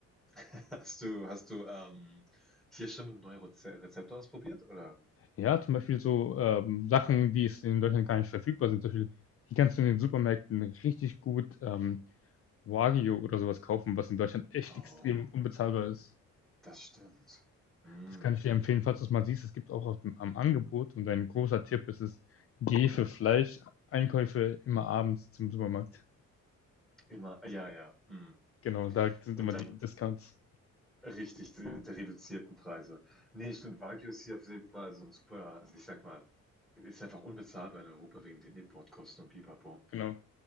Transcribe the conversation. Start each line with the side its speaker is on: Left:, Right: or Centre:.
Centre: <laughs> Hast du hast du, ähm, hier schon neue Reze Rezepte ausprobiert, oder?
Left: Ja, zum Beispiel so ähm, Sachen, die es in Deutschland gar nicht verfügbar sind. Zum Beispiel, hier kannst du in den Supermärkten richtig gut ähm, Wagyu oder sowas kaufen, was in Deutschland echt
Centre: Oh,
Left: extrem unbezahlbar ist.
Centre: das stimmt. Mhm.
Left: Das kann ich dir empfehlen, falls du es mal siehst. Es gibt auch auf dem, am Angebot und ein großer Tipp ist es, geh für Fleisch, Einkäufe immer abends zum Supermarkt.
Centre: Immer ja, ja, mhm.
Left: Genau, da sind
Centre: Und
Left: immer
Centre: dann
Left: die Discounts.
Centre: Richtig, die, die reduzierten Preise. Nee, stimmt, Wagyu ist hier auf jeden Fall so ein super, also ich sag mal, ist einfach unbezahlbar in Europa wegen den Importkosten und Pipapo.
Left: Genau.